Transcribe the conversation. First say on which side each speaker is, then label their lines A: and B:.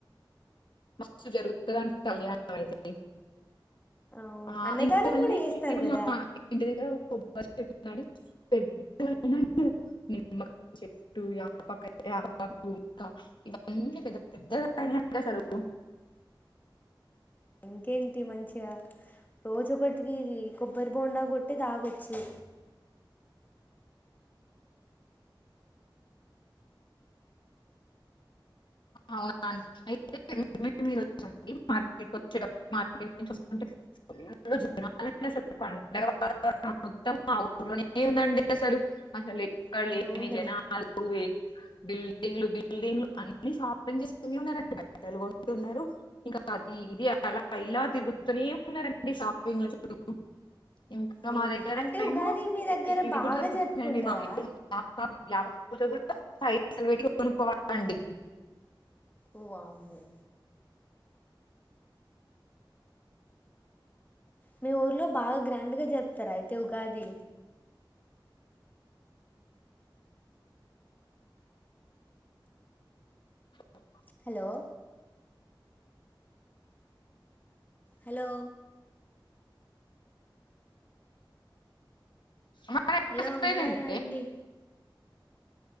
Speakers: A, on the left; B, on the left.
A: మస్తు జరుగుతదండి
B: ఉమ్,
A: కళ్యాణం అయితే మ్
B: అవును
A: ఆ
B: అన్నదానం
A: ఇంక మళ్ళీ
B: కూడా చేస్తారు కదా
A: మా ఇంటి దగ్గర కొబ్బరి చెట్టు పెద్దగాయినాయండి నిమ్మకాయ చెట్టు ఇగ యాపకాయి యాపాకు ఇంక ఇవన్నీ పెద్ద పెద్దగా అయినాయి అండి అసలు
B: ఇంకేంటి మంచిగా రోజు ఒకటికి కొబ్బరి బొండా కొట్టి తాగొచ్చు
A: అవునండి అయితే మీరు <inaudible> మార్కెట్ వచ్చేటప్పుడు మార్కెట్ నుంచి వస్తుంటే ఫుల్లు జనం అస్సలు పండగతావరణం మొత్తం మా ఊర్లోనే ఉందండి అసలు ఎక్కడ లేని
B: అవునా
A: జనాలు ఎ బిల్డింగ్లు బిల్డింగ్లు అన్ షాపింగ్ చేస్తనే ఉన్నారండి బట్టలు కొంటున్నారు ఇంకా అది ఇది అలా ఇలా తిరుగుతునే ఉన్నారండి షాపింగ్ లో చుట్టూ ఇం క
B: అవును
A: మా దగ్గర
B: అంటే ఉగాది
A: ఏమో
B: మీ దగ్గర
A: ఇవి
B: బాగా
A: కూడా దొరుకుతున్నాయండి
B: జరుపుకుంటారా
A: <inaudible> వేప పూత కూడా పైసలు పెట్టి కొనుక్కోవాలండి
B: ఓ వామ్మో మీ ఊర్లో బాగా గ్రాండ్ గా జరుపుతారా అయితే ఉగాది
A: అ
B: హలో హలో
A: మరి
B: హలో
A: అసలు లేదండి.
B: ఉన్నారా అండి